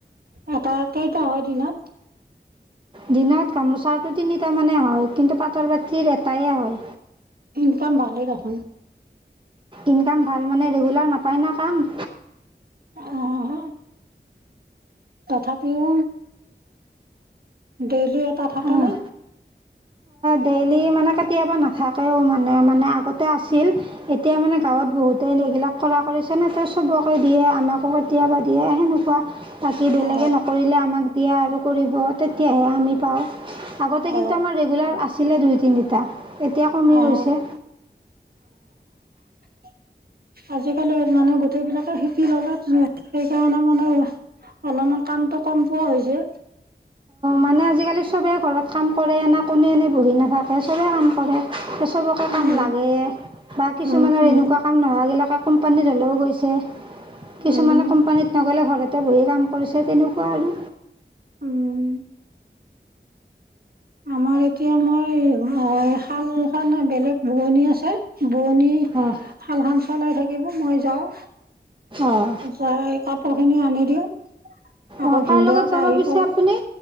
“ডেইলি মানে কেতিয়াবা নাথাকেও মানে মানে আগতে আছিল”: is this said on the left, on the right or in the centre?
Right